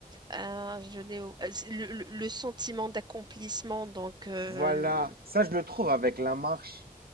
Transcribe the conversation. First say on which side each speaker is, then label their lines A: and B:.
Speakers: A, on the right; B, on the right.
A: Euh, je l'ai au- euh, c'est le, le- le sentiment d'accomplissement. Donc, euh,
B: voilà.
A: le-
B: Ça, je le trouve avec la marche.